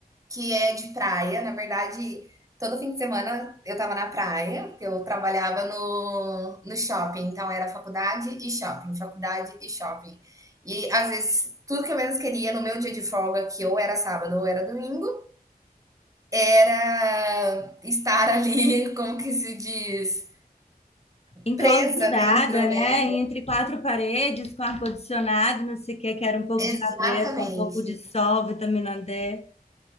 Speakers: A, on the right; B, on the left.
A: que é de praia. Na verdade, todo fim de semana eu estava na praia, porque eu trabalhava no, no shopping. Então, era faculdade e shopping, faculdade e shopping. E às vezes, tudo que eu menos queria no meu dia de folga, que ou era sábado ou era domingo, era estar <laughs> ali, como que se diz?
B: enclausurada,
A: Presa dentro, né?
B: né? Entre quatro paredes, com ar-condicionado, não sei o que, quero um pouco
A: Exatamente.
B: de natureza, um pouco de sol, vitamina D.